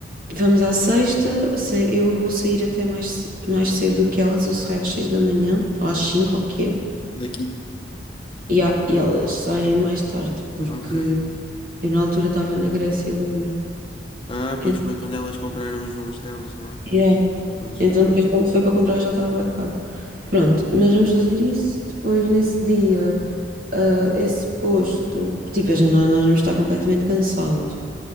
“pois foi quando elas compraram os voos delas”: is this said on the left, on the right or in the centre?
Left